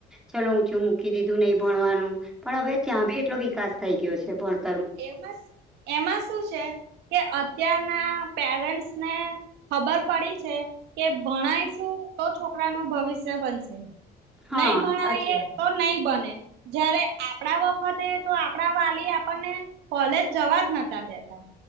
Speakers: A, in the centre; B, on the right (about 85°).
A: ચલો ઊંચું મૂકી દીધું નહી ભણવાનું પણ હવે ત્યાં ભી એટલો વિકાસ થઈ ગયો છે, ભણ
B: એમાં જ એમાં શું છે કે અત્યારના પેરેન્ટ્સને ખબર પડી છે કે, ભણાયશું તો છોકરાનું ભવિષ્ય બનશે.
A: હા
B: નહી ભણાઈએ
A: સાચી વાત
B: તો નહી બને જયારે આપણા વખતે તો આપણા વાલી આપ આપણ ને કોલેજ જવા નતા દેતા